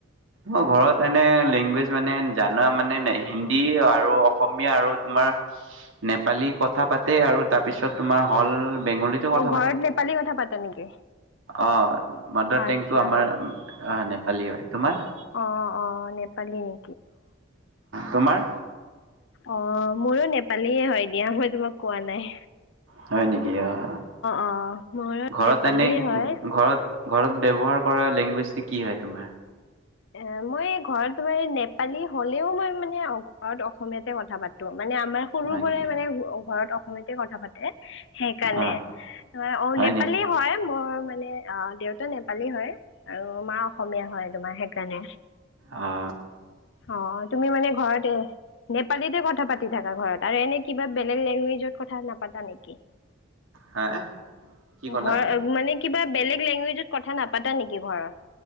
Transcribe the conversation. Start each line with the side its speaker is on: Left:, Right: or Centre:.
Right: মোৰ ঘৰত এনে লেংগুৱেজ মানে জানা মানে হিন্দী আৰু অসমীয়া আৰু তোমা াৰ নেপালী কথা পাতে আৰু তাৰপিছত তোমাৰ হ'ল বেংগলীতো
Left: অ',
Right: কথা
Left: ঘৰত নেপালী কথা পাতা নেকি?
Right: অঁ, মাদাৰ
Left: আচ্ছা,
Right: টেংকটো আমাৰ নেপালী হয়। তোমাৰ?
Left: অ', অ', নেপালি নি!
Right: তোমাৰ?
Left: অ', মোৰো নেপালীয়ে হয় দিয়া, মই তোমাক কোৱা নাই।
Right: হয় নেকি? অ',
Left: অ', মোৰো
Right: ঘৰত
Left: নেপালীয়ে
Right: এনে, ঘৰত
Left: হয়।
Right: ঘৰত ব্যৱহাৰ কৰা লেংগুৱেজটো কি হয় তোমাৰ?
Left: এ মই ঘৰত তোমাৰ নেপালী হলেও মই মানে ঘৰত অসমীয়াতে কথা পাতো। মানে আমাৰ সৰু
Right: হয়
Left: পৰাই
Right: নেকি
Left: মানে ঘৰত অসমীয়া পা, সেইকাৰণে,
Right: অ
Left: অ',
Right: হয়
Left: নেপালী
Right: নেকি
Left: হয় মোৰ মানে, অ দেউতা নেপালী হয় আৰু মা অসমীয়া হয় তোমাৰ, সেই জানে।
Right: অ
Left: অ', তুমি মানে ঘৰতে নেপালীতে কথা পাতি থকা ঘৰত আৰু এনে কিবা বেলেগ লেংগুৱেজত কথা নাপাতা নেকি?
Right: হা কি ক'লা
Left: ঘৰ, মানে কিবা বেলেগ লেংগুৱেজত কথা নাপা পাতা নেকি ঘৰত?